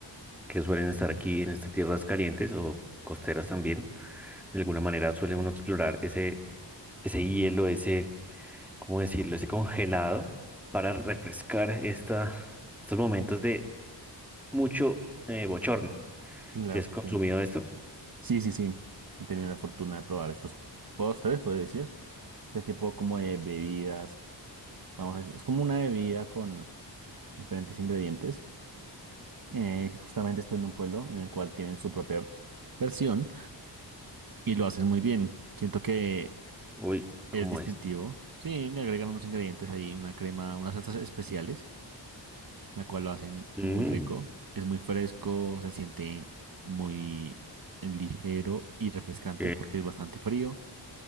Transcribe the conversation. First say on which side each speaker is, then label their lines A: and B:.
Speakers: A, in the centre; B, on the right (about 50°).
A: que suelen estar aquí en estas tierras calientes o costeras también. De alguna manera suele uno explorar ese, ese hielo, ese, ¿cómo decirlo? Ese congelado para refrescar esta, estos momentos de mucho eh, bochorno.
B: Claro
A: Si has
B: que
A: consumido
B: sí.
A: esto?
B: Sí, sí, sí. He tenido la fortuna de probar estos postres, puedo decir. Este tipo como de bebidas, vamos a decir. Es como una bebida con diferentes ingredientes. Eh, justamente estoy en un pueblo en el cual tienen su propia versión y lo hacen muy bien. Siento que
A: Uy, ¿cómo
B: es distintivo.
A: es?
B: Sí, le agregan unos ingredientes ahí, una crema, unas salsas especiales. la cual lo hacen
A: Mm,
B: muy rico. Es muy fresco, se siente muy ligero y refrescante
A: eh,
B: porque es bastante frío.